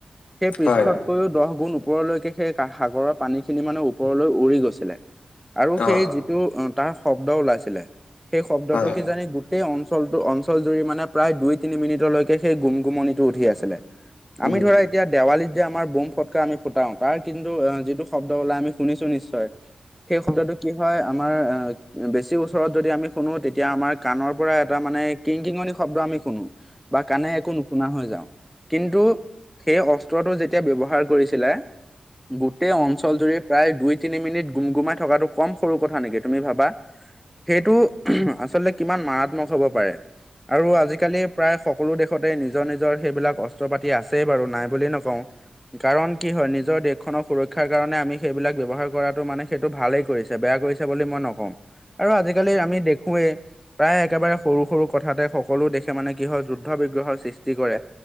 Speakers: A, in the centre; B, on the left.
A: সেই পৃষ্ঠত
B: হয়
A: কৈও দহ গুণ ওপৰলৈকে সেই সাগৰৰ পানী খিনি মানে ওপৰলৈ উৰি গৈছিলে। আৰু সেই
B: অ
A: যিটো তাৰ শব্দ ওলাইছিলে সেই শব্দটো
B: হয়
A: কি জানি গো গোটেই অঞ্চলটো অঞ্চল জুৰি মানে প্ৰায় দুই তিনি মিনিটলৈকে সেই গুম গুমনিটো উঠি আছিলে
B: উম
A: আমি ধৰা এতিয়া দেৱালীত আমাৰ বোম ফটকা আমি ফুটাও তাৰ কিন্তু যিটো শব্দ ওলাই আমি শুনিছো নিশ্চয় সেই শব্দটো কি হয় আমাৰ বেছি ওচৰত যদি আমি শুনো তেতিয়া আমাৰ কাণৰ পৰা এটা মানে কিংকিঙনি শব্দ আমি শুনো বা কানে একো নো শুনা হৈ যাওঁ কিন্তু সেই অস্ত্ৰটো যেতিয়া ব্যৱহাৰ কৰিছিলে গোটেই অঞ্চল জুৰি প্ৰায় দুই তিনি মিনিট গুম গুমাই থকাটো কম সৰু কথা নেকি তুমি ভাবা সেইটো আচলতে কিমান মাৰাত্মক হ'ব পাৰে আৰু আজিকালি প্ৰায় সকলো দেশতে নিজৰ নিজৰ সেইবিলাক অস্ত্ৰ পাতি আছেই বাৰু নাই বুলি নকওঁ কাৰণ কি হয় নিজৰ দেশখনৰ সুৰক্ষা শিক্ষাৰ কাৰণে আমি সেইবিলাক ব্যৱহাৰ কৰাটো মানে সেইটো ভালেই কৰিছে বেয়া কৰিছে বুলি মই নকওঁ আৰু আজিকালি আমি দেখোৱেই প্ৰায় একেবাৰে সৰু সৰু কথাতে সকলো দেশে মানে কি হয় যুদ্ধ বিগ্ৰহৰ সৃষ্টি কৰে